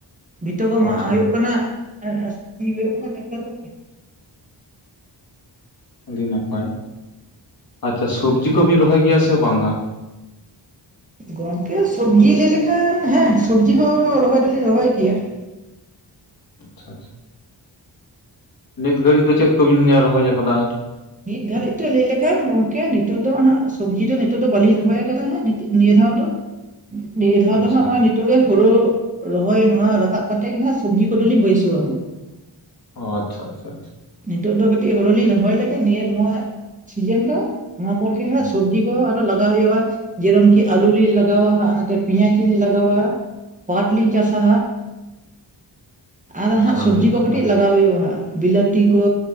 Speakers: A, on the right; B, on the left.
A: ᱵᱷᱤᱛᱟᱹ ᱠᱚ ᱢᱟᱜ
B: ᱟᱪᱪᱷᱟ
A: ᱦᱩᱭᱩᱜ ᱠᱟᱱᱟ ᱦᱩᱭᱩᱜ ᱠᱟᱱᱟ <unintelligible>
B: ᱟᱹᱰᱤ ᱱᱟᱯᱟᱭ, ᱟᱪᱪᱷᱟ ᱥᱚᱵᱽᱡᱤ ᱠᱚ ᱵᱤᱱ ᱨᱚᱦᱚᱭ ᱜᱮᱭᱟ ᱥᱮ ᱵᱟᱝᱟ?
A: ᱜᱚᱢᱠᱮ ᱥᱚᱵᱡᱤ ᱞᱟᱹᱭ ᱞᱮᱠᱷᱟᱱ ᱦᱮᱸ ᱥᱚᱵᱽᱡᱤ ᱦᱚᱸ ᱨᱚᱦᱚᱭ ᱫᱚᱞᱤᱧ ᱨᱚᱦᱚᱭ ᱜᱮᱭᱟ ᱾
B: ᱟᱪᱪᱷᱟ, ᱱᱤᱛ ᱜᱷᱟᱹᱲᱤ ᱫᱚ ᱪᱮᱫ ᱠᱚᱵᱤᱱ ᱨᱚᱦᱚᱭ ᱟᱠᱟᱫᱟ?
A: ᱱᱤᱜ ᱜᱷᱟᱹᱲᱤᱡ ᱛᱮ ᱞᱟᱹᱭ ᱞᱮᱠᱷᱟᱱ ᱜᱚᱝᱠᱮ ᱱᱤᱛᱚᱜ ᱫᱚ ᱦᱟᱸᱜ ᱥᱚᱵᱽᱡᱤ ᱫᱚ ᱱᱤᱛᱚᱜ ᱫᱚ ᱵᱟᱹᱞᱤᱧ ᱨᱚᱦᱚᱭ ᱟᱠᱟᱫᱟ ᱦᱟᱸᱜ ᱾ ᱱᱤᱭᱟᱹ ᱫᱷᱟᱣ ᱫᱚ ᱱᱤᱭᱟᱹ ᱫᱷᱟᱣ
B: ᱟᱪᱪᱷᱟ
A: ᱦᱚᱸᱜ-ᱚᱭ ᱛᱳᱨᱮ ᱦᱳᱲᱳ ᱨᱚᱦᱚᱭ ᱱᱚᱣᱟ ᱨᱟᱠᱟᱵ ᱠᱟᱛᱮ ᱜᱮ ᱦᱟᱸᱜ ᱥᱚᱵᱽᱡᱤ ᱠᱚᱫᱚᱞᱤᱧ ᱵᱟᱹᱭᱥᱟᱹᱣᱟ ᱾
B: ᱚ ᱟᱪᱷᱟ ᱟᱪᱷᱟ ᱟᱪᱷᱟ ᱾
A: ᱱᱤᱛᱚᱜ ᱫᱚ ᱠᱟᱹᱴᱤᱜ ᱦᱳᱲᱳ ᱞᱤᱧ ᱨᱚᱦᱚᱭ ᱞᱮᱜᱮ ᱱᱤᱭᱟᱹ ᱱᱚᱣᱟ ᱥᱤᱡᱮᱱ ᱫᱚ ᱱᱚᱣᱟ ᱯᱚ ᱠᱮᱸ
B: ᱟᱪᱪᱷᱟ
A: ᱦᱟᱸᱜ‌ ᱥᱚᱵᱽᱡᱤ ᱠᱚ ᱞᱟᱜᱟᱣ ᱦᱩᱭᱩᱜᱼᱟ ᱡᱮᱨᱚᱢ ᱠᱤ ᱟᱹᱞᱩ ᱞᱤᱧ ᱞᱟᱜᱟᱣᱟ ᱦᱟᱸᱜᱼᱟ ᱱᱚᱛᱮ ᱯᱮᱸᱭᱟᱡᱽ ᱞᱤᱧ ᱞᱟᱜᱟᱣᱟ ᱾ ᱯᱟᱴᱷ ᱞᱤᱧ ᱪᱟᱥᱟ, ᱟᱨ
B: ᱟᱪᱪᱷᱟ
A: ᱦᱟᱸᱜ ᱥᱚᱵᱽᱡᱤ
B: ᱟᱹᱰᱤ
A: ᱠᱚ
B: ᱱᱟᱯᱟᱭ
A: ᱠᱟᱹᱴᱤᱜ ᱞᱟᱜᱟᱣ ᱦᱩᱭᱩᱜᱼᱟ ᱦᱟᱸᱜ ᱵᱤᱞᱟᱹᱛᱤ ᱠᱚ